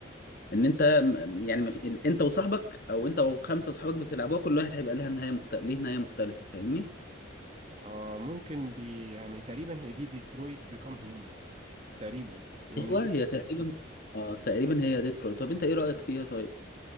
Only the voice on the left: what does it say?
ان انت م- يعني ما في- ال- انت وصاحبك او انت وخمسه صحابك بتلعبوها كل واحد هيبقى لها نهايه مختلفه ليه نهايه مختلفه فاهمني
ايوه
هي تقريبا اه تقريبا هي ديترو طب انت ايه رايك فيها طيب